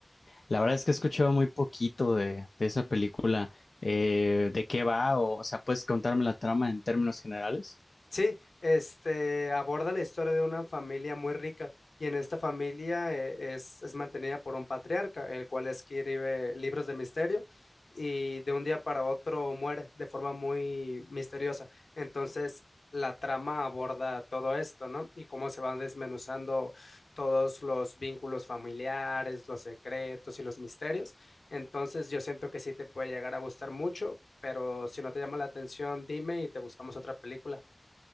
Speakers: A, on the left; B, on the left.
A: La verdad es que he escuchado muy poquito de, de esa película. eh, ¿de qué va? O, o sea, ¿puedes contarme la trama en términos generales?
B: Sí, este aborda la historia de una familia muy rica y en esta familia eh, es, es mantenida por un patriarca, el cual escribe libros de misterio y de un día para otro muere de forma muy misteriosa. Entonces, la trama aborda todo esto, ¿no? Y cómo se van desmenuzando todos los vínculos familiares, los secretos y los misterios. Entonces, yo siento que sí te puede llegar a gustar mucho, pero si no te llama la atención, dime y te buscamos otra película.